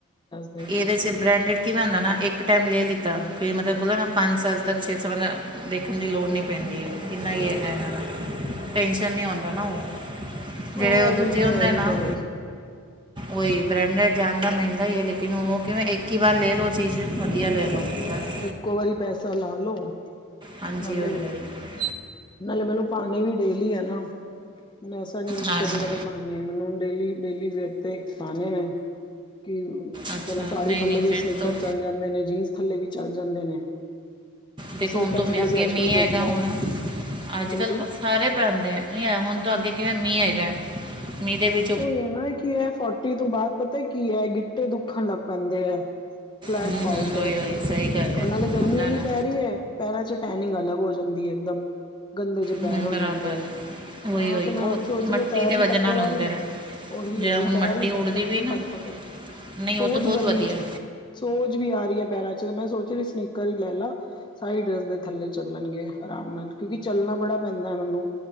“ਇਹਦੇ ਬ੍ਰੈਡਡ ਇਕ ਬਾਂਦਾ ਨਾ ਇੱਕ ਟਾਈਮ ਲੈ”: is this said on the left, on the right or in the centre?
Right